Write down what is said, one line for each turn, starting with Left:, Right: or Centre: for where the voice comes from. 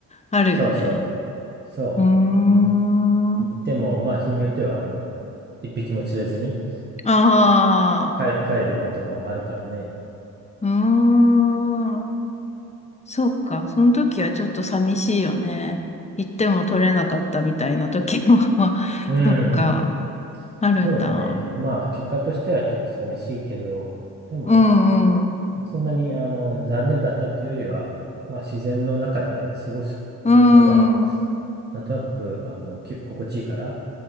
Left: あるよね。
Right: そうそう。そう。
Left: うーん。
Right: い、行っても、
Left: あ
Right: まあ、日によっては、あの、一匹も釣れずに
Left: あ。
Right: 帰れ、帰れることもあるからね。
Left: うーん。そうか。その時はちょっと寂しいよね。行っても取れなかったみたいな時も、<laughs> まあ、
Right: うん。
Left: そっか。あるんだ。
Right: そうだね。まあ、結果としてはちょっと寂しいけど、でも、
Left: うんうん。
Right: そんなに、あの、残念だったというよりは、まあ、自然の中で過ごすことが、
Left: うーん。
Right: なんとなく、あの、き心地いいから、